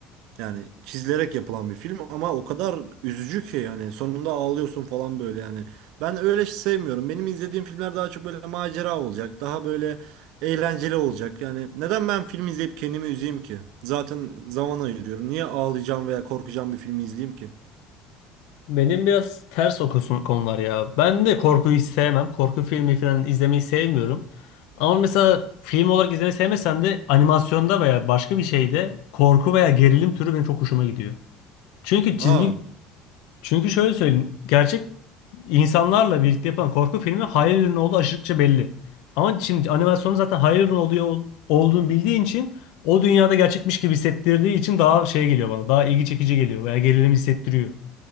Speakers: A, on the right; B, on the left.
A: Yani çizilerek yapılan bir film ama o kadar üzücü ki yani sonunda ağlıyorsun falan böyle yani. Ben öyle sevmiyorum. Benim izlediğim filmler daha çok böyle macera olacak. Daha böyle eğlenceli olacak. Yani neden ben film izleyip kendimi üzeyim ki? Zaten zaman ayırıyorum. Niye ağlayacağım veya korkacağım bir filmi izleyeyim ki?
B: Benim biraz ters o kısım- konular ya. Ben de korkuyu hiç sevmem. Korku filmi falan izlemeyi sevmiyorum. Ama mesela film olarak izlemeyi sevmesem de animasyonda veya başka bir şeyde korku veya gerilim türü benim çok hoşuma gidiyor. Çünkü çizgi
A: Aa,
B: Çünkü şöyle söyleyeyim. Gerçek insanlarla birlikte yapılan korku filmi hayal ürünü olduğu aşırıkça belli. Ama şimdi animasyonu zaten hayal ürünü oluyor, olduğunu bildiğin için o dünyada gerçekmiş gibi hissettirdiği için daha şey geliyor bana. Daha ilgi çekici geliyor veya gerilim hissettiriyor.